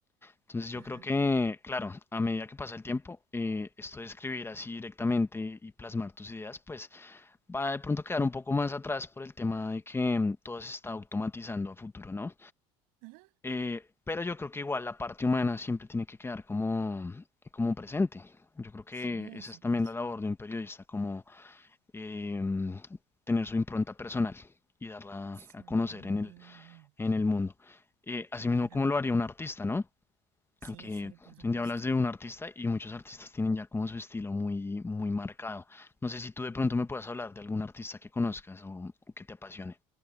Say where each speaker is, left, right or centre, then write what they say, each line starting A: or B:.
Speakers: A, on the left; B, on the right.
A: Entonces yo
B: Ajá.
A: creo que, claro, a medida que pasa el tiempo, eh, esto de escribir así directamente y plasmar tus ideas, pues va de pronto a quedar un poco más atrás por el tema de que mm, todo se está automatizando a futuro, ¿no?
B: Ujú.
A: Eh, pero yo creo que igual la parte humana siempre tiene que quedar como, como presente. Yo creo que
B: Sí,
A: esa
B: súper.
A: es también
B: su-
A: la labor de un periodista, como eh, tener su impronta personal y darla
B: Sí,
A: a
B: mm,
A: conocer en el, en el mundo. Eh, asimismo,
B: claro.
A: como lo haría un artista, ¿no?
B: Sí,
A: que
B: sí, por supuesto.
A: un día hablas de un artista y muchos artistas tienen ya como su estilo muy, muy marcado. No sé si tú de pronto me puedas hablar de algún artista que conozcas o, o que te apasione.